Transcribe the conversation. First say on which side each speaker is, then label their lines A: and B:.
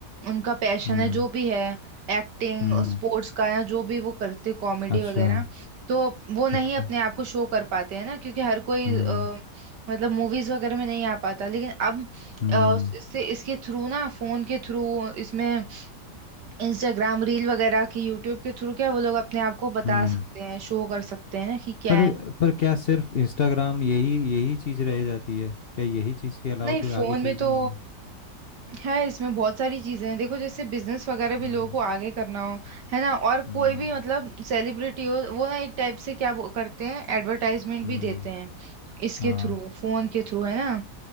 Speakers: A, on the right; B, on the left.
A: उनका पैशन
B: हम्म
A: है जो भी है एक्टिंग
B: हम्म
A: स्पोर्ट्स का या जो भी वो करते कॉमेडी
B: अच्छा
A: वगैरह तो वो नहीं
B: ओके
A: अपने आप को शो कर पाते हैं ना क्योंकि हर कोई
B: हम्म
A: अ, मतलब मूवीज वगैरह में नहीं आ पाता लेकिन अब
B: हम्म
A: अ, इससे इसके थ्रू ना फोन के थ्रू इसमें इंस्टाग्राम रील वगैरह के यूट्यूब के थ्रू क्या वो लोग अपने आप को बता
B: हम्म
A: सकते हैं शो कर सकते हैं ना कि क्या
B: पर
A: है
B: पर क्या सिर्फ इंस्टाग्राम यही यही चीज रह जाती है क्या यही चीज के अलावा
A: नहीं
B: कोई
A: फोन
B: आगे चीज
A: में तो
B: नहीं है
A: है इसमें बहुत सारी चीजें हैं देखो जैसे बिजनेस वगैरह भी
B: हम्म
A: लोगों को आगे करना हो है ना और
B: हम्म
A: कोई भी मतलब सेलिब्रिटी हो वो ना एक टाइप से क्या वो करते हैं एडवर्टाइजमेंट
B: हम्म
A: भी देते हैं इसके
B: हाँ
A: थ्रू फोन के थ्रू है ना